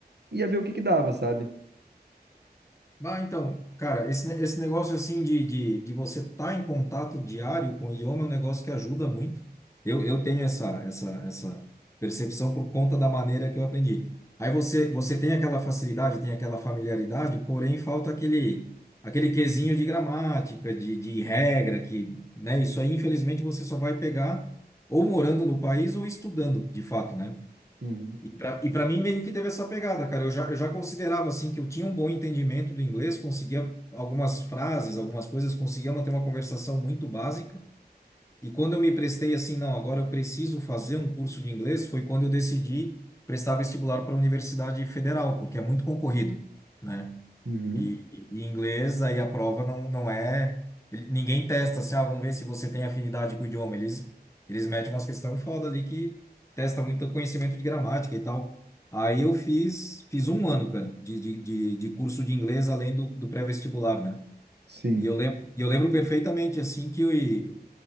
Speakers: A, on the right; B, on the left.
A: ia ver o que que dava, sabe?
B: Ah, então, cara, esse, esse negócio assim de, de, de você estar tá em contato diário com o idioma é um negócio que ajuda muito. Eu, eu tenho essa, essa, essa percepção por conta da maneira que eu aprendi. Aí você, você tem aquela facilidade, tem aquela familiaridade, porém falta aquele, aquele quesinho de gramática, de, de regra, que, né, isso aí infelizmente você só vai pegar ou morando no país ou estudando, de fato, né?
A: Uhum.
B: E para e para mim meio que teve essa pegada, cara. Eu já, eu já considerava assim que eu tinha um bom entendimento do inglês, conseguia algumas frases, algumas coisas, conseguia manter uma conversação muito básica. E quando eu me prestei assim, não, agora eu preciso fazer um curso de inglês, foi quando eu decidi prestar vestibular para a Universidade Federal, porque é muito concorrido, né?
A: Uhum.
B: E, e inglês, aí a prova não, não é. ele- Ninguém testa assim, ah, vamos ver se você tem afinidade com o idioma. Eles, eles metem umas questões foda ali que testa muito conhecimento de gramática e tal. Aí eu fiz, fiz um ano, cara, de, de, de, de curso de inglês além do, do pré-vestibular, né?
A: Sim.
B: E eu lembro, e eu lembro perfeitamente, assim, que o,